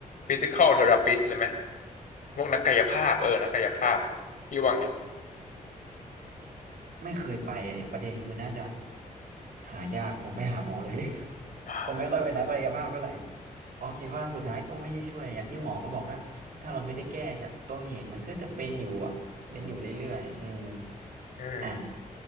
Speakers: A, on the left; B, on the right.
A: physical therapist เลยไหมพวกนักกายภาพเออ นักกายภาพพี่ว่าไง
B: ไม่เคยไปอ่ะเนี่ยประเด็นคือน่าจะหายากผมไปหาหมอเลย <laughs>
A: อ่า
B: ผมไม่ค่อยเป็นนักกายภาพเท่าไหร่เพราะคิดว่าสุดท้ายก็ไม่ได้ช่วยอย่างที่หมอเขาบอกนะถ้าเราไม่ได้แก้จากต้นเหตุมันก็จะเป็นอยู่อ่ะเป็นอยู่เรื่อยๆอืม
A: อืม
B: อ่ะ